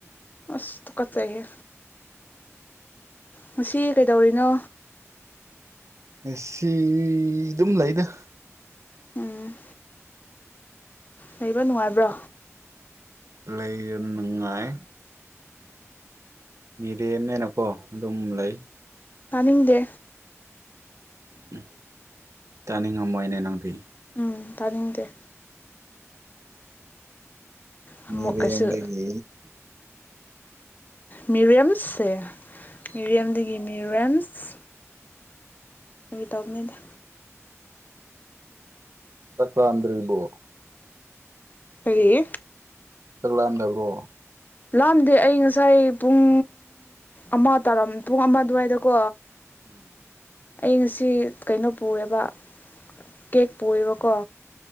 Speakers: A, on the left; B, on the right.
A: ꯑꯁ ꯇꯨꯀꯠꯆꯩꯍꯦ ꯉꯁꯤ ꯀꯩꯗꯧꯔꯤꯅꯣ
B: ꯉꯁꯤ ꯑꯗꯨꯝ ꯂꯩꯗ
A: ꯎꯝ ꯂꯩꯕ ꯅꯨꯡꯉꯥꯏꯕ꯭ꯔꯣ
B: ꯂꯩꯕ ꯅꯨꯡꯉꯥꯏ ꯃꯤꯔꯦꯝꯅꯦꯅꯀꯣ ꯑꯗꯨꯝ ꯂꯩ
A: ꯇꯥꯅꯤꯡꯗꯦ
B: ꯎꯝ ꯇꯥꯅꯤꯡ ꯉꯝꯃꯣꯏꯅꯦ ꯅꯪꯗ
A: ꯎꯝ ꯇꯥꯅꯤꯡꯗꯦ ꯑꯃꯨꯛꯀꯁꯨ
B: ꯃꯤꯔꯦꯝꯒꯤ ꯃꯤ
A: ꯃꯤꯔꯦꯝꯁꯁꯦ ꯃꯤꯔꯦꯝꯗꯒꯤ ꯃꯤꯔꯦꯝꯁ ꯐꯥꯒꯤ ꯇꯧꯕꯅꯤꯗ
B: ꯆꯠꯔꯥꯝꯗ꯭ꯔꯤꯕꯣ
A: ꯑꯦ
B: ꯆꯥꯛ ꯂꯥꯝꯗꯕ꯭ꯔꯣ
A: ꯂꯥꯝꯗꯦ ꯑꯩ ꯉꯁꯥꯏ ꯄꯨꯡ ꯑꯃ ꯇꯥꯔꯝ ꯄꯨꯡ ꯑꯃ ꯑꯗꯨꯋꯥꯏꯗꯀꯣ
B: ꯎꯝ
A: ꯑꯩ ꯉꯁꯤ ꯀꯩꯅꯣ ꯄꯨꯌꯦꯕ ꯀꯦꯛ ꯄꯨꯌꯦꯕꯀꯣ